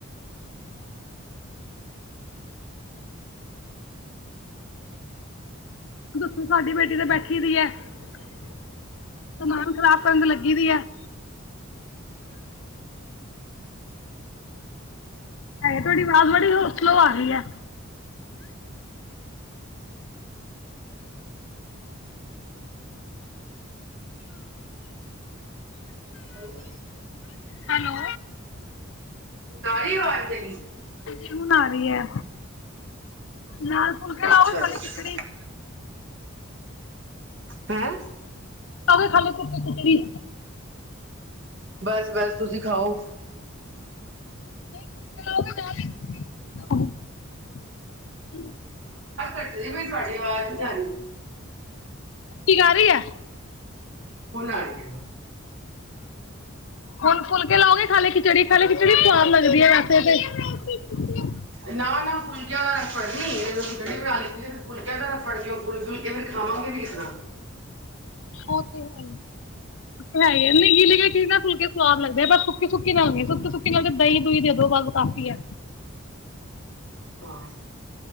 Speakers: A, on the left; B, on the right.
A: ਦੱਸੋ ਸਾਡੀ ਬੇਟੀ ਤੇ ਬੈਠੀ ਦੀ ਐ ਸਮਾਨ ਖ਼ਰਾਬ ਕਰਨ ਲੱਗੀ ਦੀ ਐ ਹਮ ਹੈ ਤੁਹਾਡੀ ਆਵਾਜ਼ ਬੜੀ ਸਲੋ ਆ ਗਈ ਹੈ।
B: ਹੈਲੋ।
A: ਹੈਲੋ।
B: ਨਾਲ ਹੀ ਆਵਾਜ਼ ਦੇ
A: ਸੁਣ ਆ ਰਹੀ ਹੈ ਨਾਲ ਫੁਲਕੇ ਲਾਓਗੇ
B: ਅੱਛਾ,
A: ਖਾਲੀ
B: ਅੱਛਾ।
A: ਖਿਚੜੀ?
B: ਹੈ।
A: ਤ ਖਾਲ ਖਿਚੜੀ
B: ਬਸ, ਬਸ ਤੁਸੀਂ ਖਾਓ।
A: <unintelligible>
B: ਸਾਡੀ ਆਵਾਜ਼ ਨਹੀਂ ਜਾਣੀ
A: ਕੀ ਕਰ ਰਹੀ ਹੈ।
B: ਹੁਣ ਆ ਰੈਈ।
A: ਹੁਣ ਫੁਲਕੇ ਲਾਓਗੇ ਖਾਲੀ ਖਿਚੜੀ ਖਾਲੀ ਖਿਚੜੀ ਸਵਾਦ ਲੱਗਦੀ ਹੈ ਵੈਸੇ ਤੇ
B: ਨਾ, ਨਾ ਫੁਲਕਿਆਂ ਹ ਰਫ ਫੜਨੀ ਜ ਤੁਸੀਂ ਰੜੀ ਬਣਾ ਲਿੱਤੀ ਫਿਰ ਫੁਲਕਿਆਂ ਦਾ ਰਫੜ ਕੇ ਫੁਕੇ ਫੁਲਕੇ ਫਿਰ ਖਾਵਾਂਗੇ ਕਿਸ ਸੁਣਾ
A: ਹੋ ਤੇ ਹੈਈ। ਹੈ ਨੀਲੀ ਚੀ ਨਾ ਫੁਲਕੇ ਸਵਾਦ ਲੱਗਦੇ ਪਰ ਸੁੱਕੀ ਸੁੱਕੀ ਨਾਲ ਨਹੀਂ ਸੁੱਕੀ ਸੁੱਕੀ ਨਾਲ ਦਹੀਂ ਦਹੀ ਦੇ ਦੋ ਬਾੱਲ ਕਾਫ਼ੀ ਆ।
B: ਹਾਂ